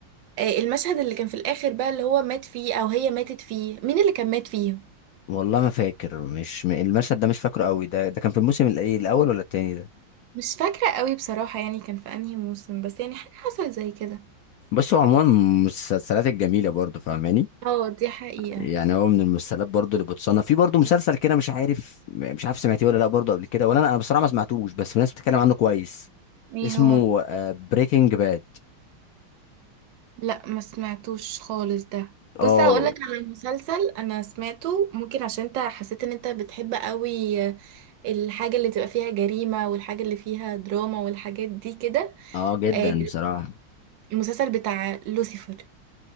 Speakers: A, on the right (about 70°); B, on the left (about 80°).
A: آه، المشهد اللي كان في الآخر بقى اللي هو مات فيه او هي ماتت فيه مين اللي كان مات فيه
B: والله ما فاكر مش م- المشهد ده مش فاكره قوي ده ده كان في الموسم الايه الاول ولا التاني ده
A: مش فاكرة قوي بصراحة يعني كان في انهي موسم بس يعني حاجة حصلت زي كده
B: بس هو عموما من المسلسلات الجميلة برضو فاهماني
A: اه دي حقيقة
B: يعني هو من المسلسلات برضو اللي بتصنف في برضو مسلسل كده مش عارف مش عارف سمعتيه ولا لا برضو قبل كده ولا انا أنا بصراحة ما سمعتوش بس في ناس بتتكلم عنه كويس
A: ايه
B: اسمه
A: هو
B: بريكنج باد
A: لا ما سمعتوش خالص ده
B: اه
A: بص هقولك
B: Breaking Bad. آه.
A: على مسلسل انا سمعته ممكن عشان انت حسيت ان انت بتحب قوي الحاجة اللي بتبقى فيها جريمة والحاجة اللي فيها دراما والحاجات دي كده
B: اه جدا
A: آه،
B: بصراحة
A: المسلسل بتاع لوسيفر